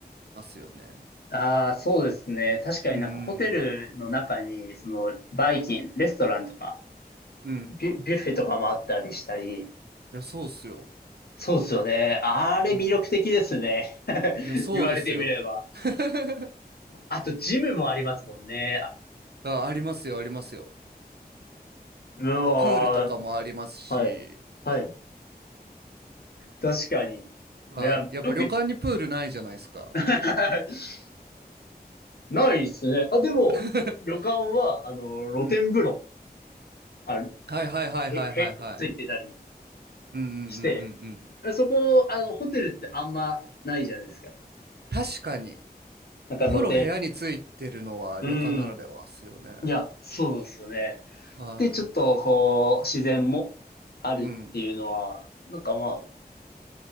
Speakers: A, on the right; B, on the left.
A: ますよね。
B: ああ、そうですね。確かになんかホテルの中に、
A: うんうん
B: その、バイキン、レストランとか、
A: うん。うん。
B: ビュ、ビュッフェとかもあったりしたり、
A: いや、そうっすよ。
B: そうですよね。あれ魅力的ですね。
A: うん
B: <laughs>
A: いや、そうですよ。
B: 言われてみれば。
A: <laughs>
B: あと、ジムもありますもんね。
A: あ、ありますよ、ありますよ。
B: うわ
A: なんかプールとかもありますし、
B: ー、はい。はい。確かに。い
A: はい。
B: や、よく、
A: やっぱ旅館にプールないじゃないですか。
B: <laughs> ないですね。あ、でも、
A: <laughs>
B: 旅館は、あの、露天風呂、
A: うん。
B: あ、
A: はいはいはいはいはいはい。
B: へ、へ、ついてたり、
A: うんうんうんうんうん。
B: して、そこ、あの、ホテルってあんまないじゃないですか。
A: 確かに、
B: なんか露店。
A: お風呂部屋についてるのは旅館ならではですよね。
B: うん。いや、そうですよね。
A: は
B: で、ちょっと、こう、自然もあるっていうのは、
A: い。うん。
B: なんかまあ、